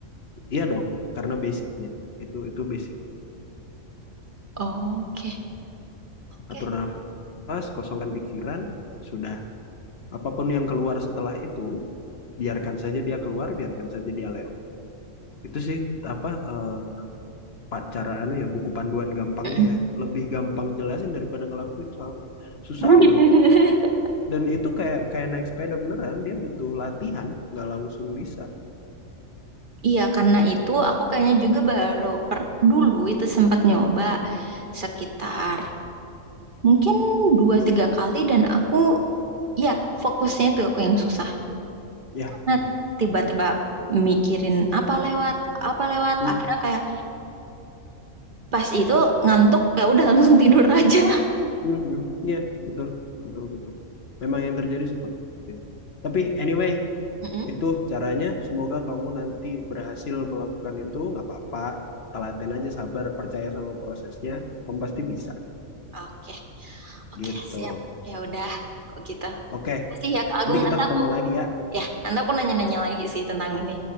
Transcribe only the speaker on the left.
Iya dong, karena basicnya itu itu basic.
Atur nafas, kosongkan pikiran, sudah. Apapun yang keluar setelah itu, biarkan saja dia keluar, biarkan saja dia lewat. Itu sih apa eh, pa- cara anu ya buku panduan gampangnya
ya. Lebih gampang jelasin daripada ngelakuin soalnya. Susah
banget. dan itu kayak kayak naik sepeda beneran dia butuh latihan nggak langsung bisa
ya
ya
betul
Mm-mm.
Mm-mm. ya betul betul betul memang yang terjadi seperti itu tapi anyway
itu caranya semoga kamu nanti berhasil melakukan itu nggak apa-apa telaten aja sabar percaya sama prosesnya kamu pasti bisa
gitu
oke
nanti kita
ketemu
lagi ya